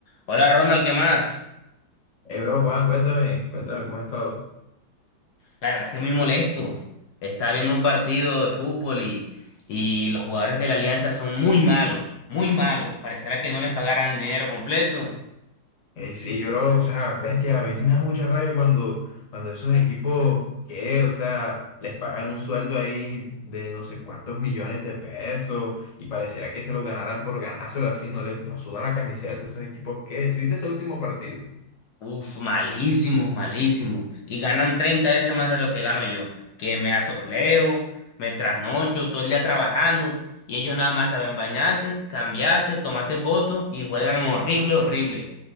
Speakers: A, on the left; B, on the left.
A: Hola Ronald, ¿qué más?
B: Hey, bro, Juan, cuéntame, cuéntame cómo has estado.
A: La verdad es que muy molesto. Estaba viendo un partido de fútbol y, y los jugadores de la Alianza son muy malos, muy malos. Parecerá que no les pagaran el dinero completo.
B: Hey, sí, bro, o sea, bestia, a mí sí me da mucha rabia cuando, cuando esos equipos, ¿qué? O sea, les pagan un sueldo ahí de no sé cuántos millones de pesos y pareciera que se lo ganaran por ganárselo así, no le, no sudan la camiseta, esos equipos, ¿qué? ¿Sí viste ese último partido?
A: Uf, malísimos, malísimos. Y ganan 30 veces más de lo que gano yo. Que me asoleo, me trasnocho todo el día trabajando y ellos nada más saben bañarse, cambiarse, tomarse fotos y juegan horrible, horrible.